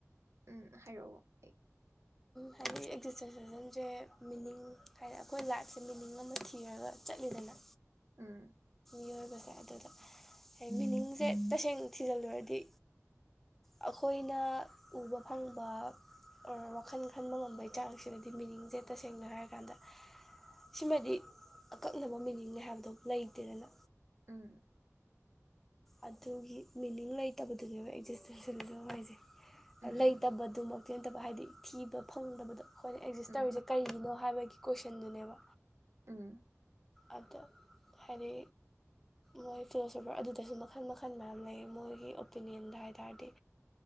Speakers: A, on the right (about 60°); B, in the centre.
A: ꯎꯝ ꯍꯥꯏꯔꯛꯑꯣ ꯑꯩ
B: ꯍꯥꯏꯗꯤ ꯑꯦꯛꯖꯤꯁꯇ꯭ꯔꯦꯁꯦꯁꯟꯁꯦ ꯃꯤꯅꯤꯡ ꯍꯥꯏꯗꯤ ꯑꯩꯈꯣꯏ ꯂꯥꯏꯐꯁꯦ ꯃꯤꯅꯤꯡ ꯑꯃ ꯊꯤꯔꯒ ꯆꯠꯂꯤꯗꯅ
A: ꯎꯝ
B: ꯃꯤꯑꯣꯏꯕꯁꯦ ꯑꯗꯨꯗ ꯃꯤꯅꯤꯡꯁꯦ ꯇꯁꯦꯡꯅ ꯊꯤꯖꯤꯜꯂꯨꯔꯗꯤ ꯑꯩꯈꯣꯏꯅ ꯎꯕ ꯐꯪꯕ ꯑꯣꯔ ꯋꯥꯈꯜ ꯈꯟꯕ ꯉꯝꯕꯩ ꯆꯥꯡꯁꯤꯗꯗꯤ ꯃꯤꯅꯤꯡꯁꯦ ꯇꯁꯦꯡꯅ ꯍꯥꯏꯔꯀꯥꯟꯗ ꯁꯤꯃꯗꯤ ꯑꯀꯛꯅꯕ ꯃꯤꯅꯤꯡꯅꯦ ꯍꯥꯏꯕꯗꯣ ꯂꯩꯇꯦꯗꯅ
A: ꯎꯝ
B: ꯑꯗꯨꯒꯤ ꯃꯤꯅꯤꯡ ꯂꯩꯇꯕꯗꯨꯅꯦꯕ ꯑꯦꯛꯖꯤꯁꯇꯦꯟꯁ ꯍꯥꯏꯁꯦ
A: ꯎꯝ
B: ꯂꯩꯇꯕꯗꯨꯃꯛ
A: ꯎꯝ
B: ꯈꯦꯟꯇꯕ ꯍꯥꯏꯗꯤ ꯊꯤꯕ ꯐꯪꯗꯕꯗꯣ ꯑꯩꯈꯣꯏꯅ ꯑꯦꯛꯖꯤꯁ
A: ꯎꯝ
B: ꯇꯧꯔꯤꯁꯦ ꯀꯔꯤꯅꯣ ꯍꯥꯏꯕꯒꯤ ꯀꯣꯏꯁꯟꯗꯨꯅꯦꯕ
A: ꯎꯝ
B: ꯑꯗꯣ ꯍꯥꯏꯗꯤ ꯃꯣꯏ ꯐꯤꯂꯣꯁꯣꯐꯔ ꯑꯗꯨꯗꯁꯨ ꯃꯈꯜ ꯃꯈꯜ ꯃꯌꯥꯝ ꯂꯩꯌꯦ ꯃꯣꯏꯒꯤ ꯑꯣꯄꯤꯅꯤꯌꯟꯗ ꯍꯥꯏ ꯇꯥꯔꯗꯤ